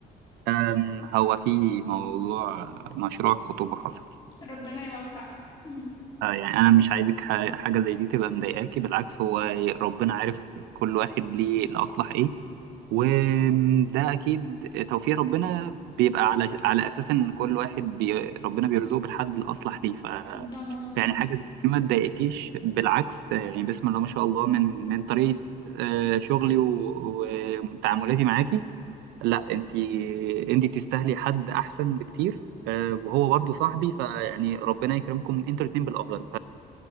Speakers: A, on the right; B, on the left.
A: أم، هو في موضوع مشروع خطوبة حصل
B: ربنا يوفقه <laughs> مم.
A: آه يعني انا مش عايزك ح- حاجه زي دي تبقى مضايقاكي بالعكس هو ربنا عارف كل واحد ليه الاصلح ايه وده اكيد توفيق ربنا بيبقى على على اساس ان كل واحد بي ربنا بيرزقه بالحد الاصلح ليه ف
B: ده مظبوط
A: يعني حاجه زي دي ما تضايقكيش بالعكس آه، يعني بسم الله ما شاء الله من من طريقه آه، شغلي و- وتعاملاتي معاكي لا انت انت تستاهلي حد احسن بكتير آه، وهو برضه صاحبي فيعني ربنا يكرمكم انتوا الاتنين بالافضل